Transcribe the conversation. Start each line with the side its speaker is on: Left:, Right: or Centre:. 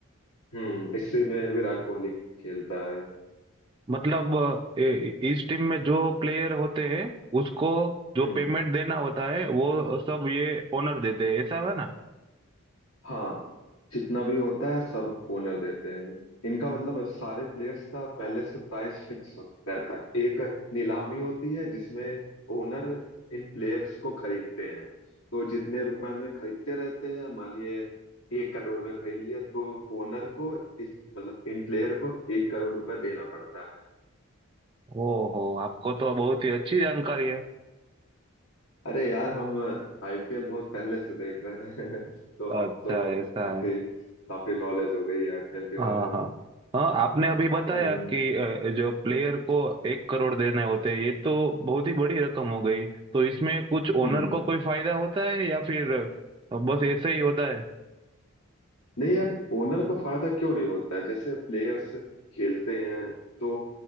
Left: हम्म इसी में विराट कोहली खेलता है
Right: मतलब अ, ए- इस टीम में जो प्लेयर होते हैं उसको जो
Left: हम्म
Right: पेमेंट देना होता है वो सब ये ओनर देते हैं ऐसा है ना
Left: हाँ जितना भी होता है सब ओनर देते हैं इनका मतलब सारे प्लेयर्स का पहले से प्राइस फिक्स रहता है एक नीलामी होती है जिसमें ओनर इन प्लेयर्स को खरीदते हैं तो जितने रुपए में खरीदते रहते हैं मानिए एक करोड़ में खरीद लिया तो ओनर को इस मतलब इन प्लेयर को एक करोड़ रुपए देना पड़ता है
Right: ओहो आपको तो बहुत ही अच्छी जानकारी है
Left: अरे यार हम आईपीएल बहुत पहले से देख रहे हैं <laughs> तो
Right: अच्छा
Left: अब तो
Right: ऐसा
Left: काफी
Right: है
Left: काफी नॉलेज हो गई है आईपीएल के
Right: हाँ
Left: बारे में
Right: हाँ हाँ आपने अभी बताया
Left: हम्म
Right: कि अ, जो प्लेयर को एक करोड़ देने होते हैं ये तो बहुत ही बड़ी रकम हो गई तो इसमें कुछ ओनर
Left: हम्म
Right: को कोई फायदा होता है या फिर अ, बस ऐसे ही होता है
Left: नहीं यार ओनर को फायदा क्यों नहीं होता है जैसे प्लेयर्स खेलते हैं तो